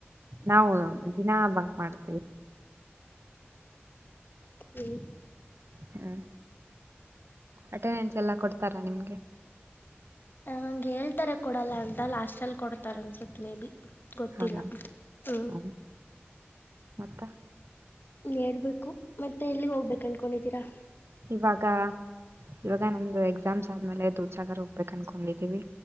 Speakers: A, on the right; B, on the left.
A: ನಾವು ದಿನ ಬಂಕ್ ಮಾಡ್ತೇವಿ
B: ಹಓ
A: ಹ್ಮ್ ಅಟೆಂಡೆನ್ಸ್ ಎಲ್ಲ ಕೊಡ್ತಾರಾ ನಿಮ್ಗೆ
B: ಹಂಗೆ ಹೇಳ್ತಾರೆ ಕೊಡಲ್ಲ ಅಂತ ಲಾಸ್ಟಲ್ಲಿ ಕೊಡ್ತಾರೆ ಅನ್ಸುತ್ತೆ ಮೇ ಬಿ ಗೊತ್ತಿಲ್ಲ
A: ಹಾ
B: ಹ್ಞೂ
A: ಹಾ ಮತ್ತೆ
B: ಹೇಳ್ಬೇಕು ಮತ್ತೆ ಎಲ್ಲಿಗೆ ಹೋಗ್ಬೇಕು ಅನ್ಕೊಂಡಿದ್ದೀರಾ
A: ಇವಾಗ ಇವಾಗ ನಮ್ದು ಎ ಎಕ್ಸಾಮ್ಸ್ ಆದ್ಮೇಲೆ ದೂಸಾಗರ್ ಹೋಗ್ಬೇಕು ಅನ್ಕೊಂಡಿದೀವಿ